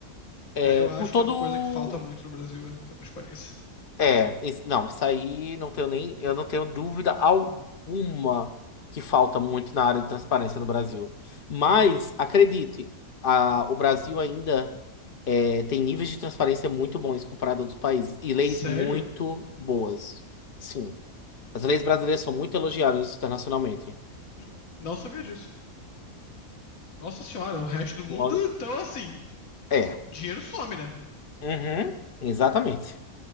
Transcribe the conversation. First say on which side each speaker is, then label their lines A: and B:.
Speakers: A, on the left; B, on the left.
A: É,
B: É, eu acho
A: por todo.
B: que é uma coisa que falta muito no Brasil, é ter transparência.
A: É, es- não, isso aí não tenho nem, eu não tenho dúvida alguma que falta muito na área de transparência no Brasil. Mas,
B: Sim.
A: acredite, a- o Brasil ainda é, tem níveis de transparência muito bons comparado a outros países e leis
B: Sério?
A: muito boas. Sim, as leis brasileiras são muito elogiadas internacionalmente.
B: Hum, Não sabia disso. Nossa senhora, o resto do mundo,
A: Olha-
B: então assim,
A: É,
B: dinheiro some, né?
A: Uhum, exatamente.